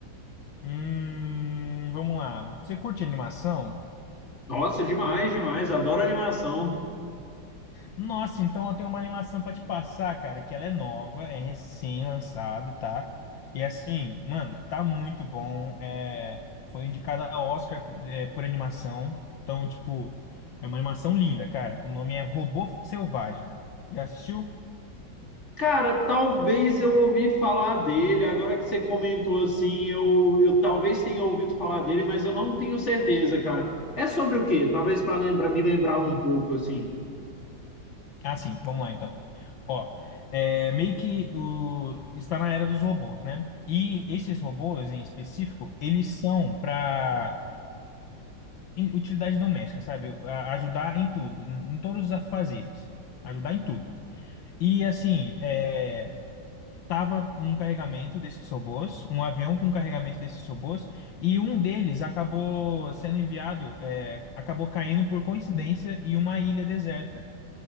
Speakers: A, on the left; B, on the left.
A: Hum, vamos lá. Você curte animação?
B: Nossa, demais, demais. Adoro animação.
A: Nossa, então eu tenho uma animação pra te passar, cara, que ela é nova, é recém-lançada, tá? E assim, mano, tá muito bom. É, foi indicada a Oscar, por é, por animação. Então, tipo, é uma animação linda, cara. O nome é Robô Selvagem. Já assistiu?
B: Cara, talvez eu ouvi falar dele. Agora que você comentou assim, eu, eu talvez tenha ouvido falar dele, mas eu não tenho certeza, cara. É sobre o quê? Talvez para lembrar, me lembrar um pouco assim.
A: Ah, sim, vamos lá então. Ó, é, meio que o, está na era dos robôs, né? E esses robôs em específico, eles são para utilidade doméstica, sabe? A- ajudar em tudo, em todos os afazeres, ajudar em tudo. E assim, é, tava um carregamento desses robôs, um avião com carregamento desses robôs, e um deles acabou sendo enviado, é, acabou caindo por coincidência em uma ilha deserta.